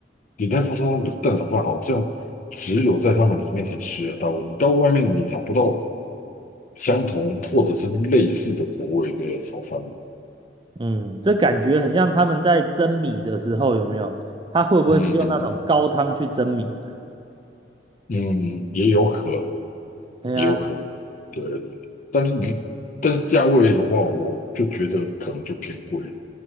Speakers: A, on the left (about 45°); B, on the right (about 25°).
A: 鼎泰丰盛那个蛋炒饭好像只有在他们里面才吃得到，你到外面你找不到相同或者是类似的口味的炒饭。
B: 嗯，这感觉很像他们在蒸米的时候，有没有？他会不会是用那种高汤去蒸米啊？
A: 嗯嗯嗯嗯也有可能，
B: 哎呀，
A: 也有可能。对对对但是你但是价位的话，我就觉得可能就偏贵了，